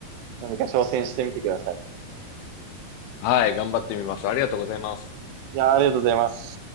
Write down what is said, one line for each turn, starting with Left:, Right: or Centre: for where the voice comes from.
Right: 何か挑戦してみてください。
Left: はい、頑張ってみます。ありがとうございます。
Right: いやー、ありがとうございます。